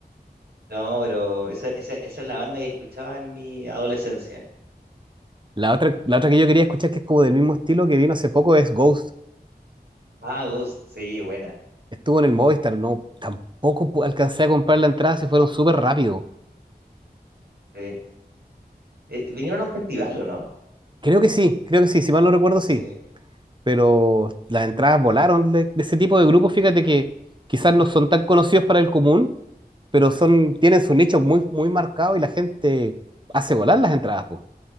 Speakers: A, on the right; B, on the right.
A: No, pero esa, esa, esa es la banda que escuchaba en mi adolescencia.
B: La otra, la otra que yo quería escuchar, que es como del mismo estilo que vino hace poco, es Ghost.
A: Vagos, sí, buena.
B: Estuvo en el Movistar, no, tampoco pu- alcancé a comprar la entrada, se fueron súper rápido.
A: sí. Eh, vinieron a un festival, ¿o no?
B: Creo que sí, creo que sí, si mal no recuerdo,
A: Sí,
B: sí. Pero las entradas volaron de, de ese tipo de grupos, fíjate que quizás no son tan conocidos para el común, pero son, tienen su nicho muy, muy marcado y la gente hace volar las entradas, pues.